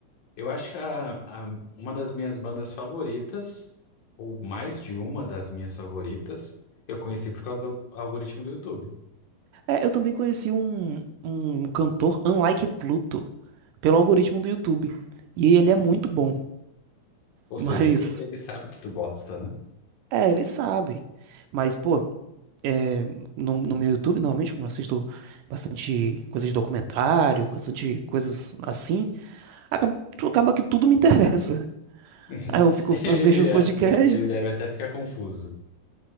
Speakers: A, on the left; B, on the right.
A: Eu acho que a, a- uma das minhas bandas favoritas, ou mais de uma das minhas favoritas, eu conheci por causa do algoritmo do YouTube.
B: É, eu também conheci um, um cantor, Unlike Pluto, pelo algoritmo do YouTube. E ele é muito bom.
A: Ou
B: <laughs>
A: seja,
B: Mas,
A: ele, ele sabe que tu gosta, né?
B: é, ele sabe. Mas, pô, é, no, no meu YouTube, normalmente, como eu assisto bastante coisas de documentário, bastante coisas assim, acaba, tu- acaba que tudo me interessa. <laughs>
A: <laughs>
B: Aí eu fico,
A: Ele,
B: eu vejo
A: ele
B: uns podcasts.
A: ele deve até ficar confuso. <laughs>